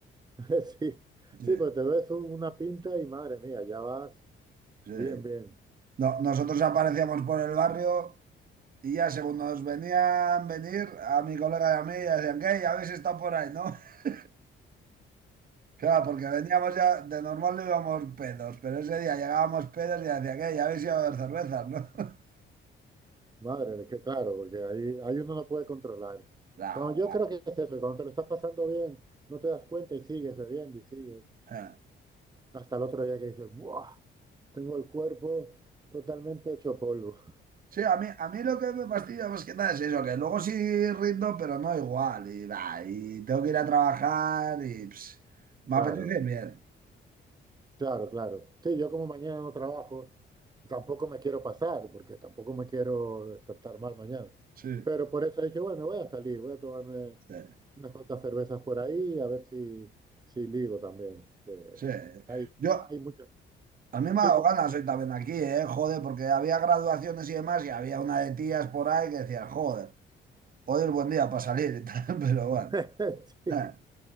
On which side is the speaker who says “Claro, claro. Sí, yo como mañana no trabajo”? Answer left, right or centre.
Right